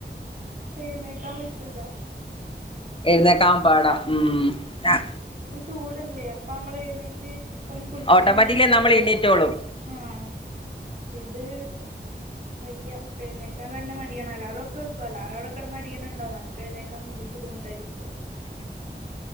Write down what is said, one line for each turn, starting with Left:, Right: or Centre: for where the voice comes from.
Right: എഴ്ന്നേക്കാൻ പറ്റൂലാ
Left: എഴ്ന്നേക്കാ പാടാ ഉം ന
Right: ചൂട് അല്ലെ അപ്പ അമ്മൾ എഴ്ന്നേറ്റ് ഒന്ന് കുളിച്ച്
Left: ഓട്ടോമാറ്റിക്കലി
Right: കഴിഞ്ഞ് കഴിഞ്ഞാ ശരിയാവും
Left: നമ്മൾ എണീറ്റോളും
Right: ആഹ് ഇത് വയ്യ എഴുന്നേക്കാൻ തന്ന മടിയാണ് അലാറോക്കെ വക്കും അലാറം അവ്ടെ കേടന്ന് അടിയാണ് ഇണ്ടാവും നമ്മുക്ക് എഴുന്നേക്ക വല്യാ ബുദ്ധിമുട്ടാരികാള്ളു